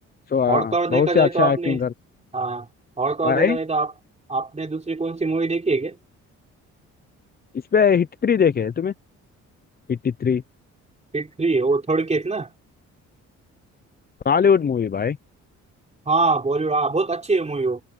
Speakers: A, on the left; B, on the right.
A: सो आ,
B: और तो और देखा
A: बहुत से
B: जाए
A: अच्छा
B: तो आपने
A: एक्टिंग करता
B: हाँ और तो और
A: भाई
B: देखा जाए तो आप आपने दूसरी कौन सी मूवी देखी है क्या
A: इस पे हिट थ्री देखे है तुम्हें हिट थ्री
B: हिट थ्री वो थर्ड केस ना
A: बॉलीवुड मूवी भाई
B: हाँ बॉलीवुड हाँ बहुत अच्छी है मूवी वो